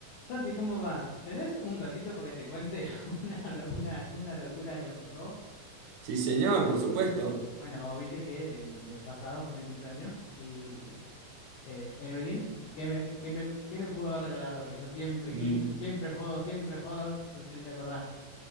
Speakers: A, on the left; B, on the right.
A: Santi, ¿cómo va? ¿Tenés un ratito para que te cuente <laughs> una, lo- una, una locura que me pasó?
B: Sí, señor, por supuesto.
A: Bueno, viste que el mes pasado fue mi cumpleaños y eh, Evelyn, ¿qué me, qué me, qué me pudo haber regalado? Que yo siempre,
B: Mm,
A: qui- siempre jodo, siempre jodo, no sé si te acordás.